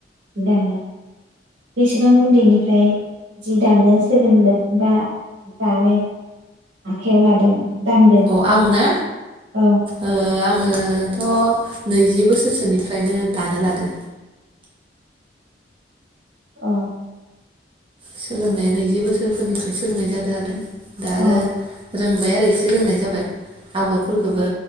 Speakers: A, on the right (about 85°); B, on the right (about 30°).
A: जि दानाया बेसेबां उन्दैनिफ्राय जि दानो सोलोंदों बा दानो आखायाव लादों दांदों
B: अ आंना
A: औ
B: ओ आं ओथ' नैजि बोसोरसोनिफ्रायनो दानो लादो।
A: अ
B: सोलोंनाया नैजि बोसोरफोरनि सोलोंनाय जादों आरो दा
A: अ
B: आरो रोंबाय आरो एसे रोंनाय जाबाय आगरफोरखौबो